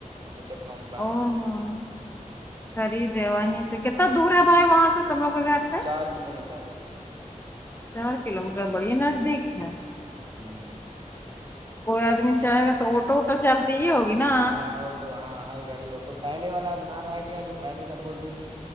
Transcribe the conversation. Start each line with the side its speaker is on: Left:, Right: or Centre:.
Right: یہ سب کمپلانی
Left: او
Right: سے
Left: ہو خریدے وہیں سے کتنا دور ہے بھائی وہاں سے تم لوگ کے گھر سے
Right: آار کلو میٹر
Left: چار کلو میٹر بڑیے نزدیک ہے
Right: ہوں
Left: کوئی آدمی چاہے گا تو آوٹو ووٹو چلتا تو یہ ہوگی نا
Right: ہاں آوٹو ہاں ہر گاڑی آٹو پہلے والا بنا رہا ہے گیا جو پہلے سے اب بولتی تھی